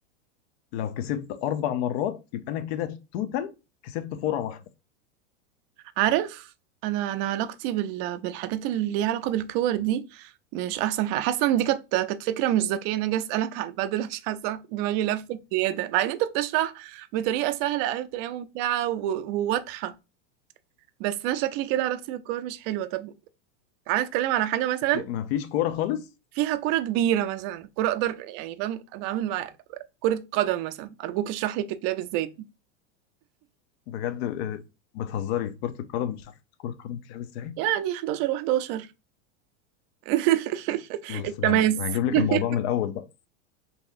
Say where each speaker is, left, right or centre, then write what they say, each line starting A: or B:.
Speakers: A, on the left (about 55°); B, on the right (about 45°).
A: لو كسبت اربع مرات يبقى انا كده توتال كسبت فورة واحدة
B: عارف انا انا علاقتي بال... بالحاجات اللي ليها علاقه بالكور دي مش احسن حاجه حاسه ان دي كانت كانت فكره مش ذكيه ان انا جاي اسالك على البدل عشان حاسه دماغي لفت زياده مع ان انت بتشرح بطريقه سهله قوي بطريقه ممتعه و... وواضحه بس انا شكلي كده علاقتي بالكور مش حلوه طب تعالى نتكلم على حاجه مثلا
A: ما فيش كورة خالص
B: فيها كرة كبيرة مثلا كرة أقدر يعني فاهم أتعامل مع كرة قدم مثلا أرجوك اشرح لي بتتلعب ازاي دي
A: بجد آه، بتهزري كرة القدم مش عارف كرة القدم بتلعب ازاي؟
B: يعني 11 و11 <laughs>
A: بص
B: التماس
A: انا أنا هجيب لك
B: <laughs>
A: الموضوع من الاول بقى